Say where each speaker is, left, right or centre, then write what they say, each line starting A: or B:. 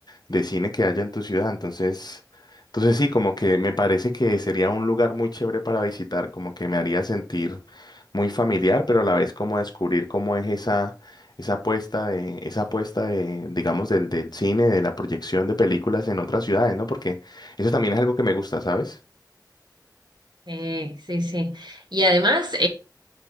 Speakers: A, on the left; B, on the right.
A: de cine que haya en tu ciudad. Entonces, entonces sí, como que me parece que sería un lugar muy chévere para visitar, como que me haría sentir muy familiar, pero a la vez como descubrir cómo es esa, esa apuesta de, esa apuesta de, digamos, del, del cine, de la proyección de películas en otras ciudades, ¿no? Porque eso también es algo que me gusta, ¿sabes?
B: Eh, sí, sí. Y además,